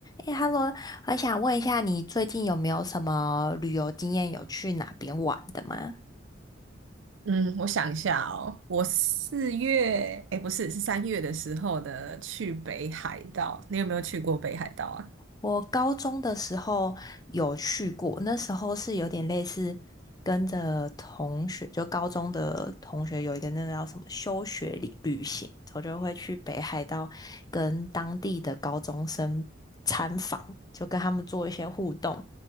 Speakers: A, on the left (about 20°); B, on the right (about 85°).
A: 哎 h e l l o 我想问一下，你最近有没有什么旅游经验？有去哪边玩的吗？
B: 嗯，我想一下哦，我四月，哎，不是，是三月的时候的去北海道。你有没有去过北海道啊？
A: 我高中的时候有去过，那时候是有点类似跟着同学，就高中的同学有一个那个叫什么休学旅旅行，我就会去北海道跟当地的高中生参访，就跟他们做一些互动，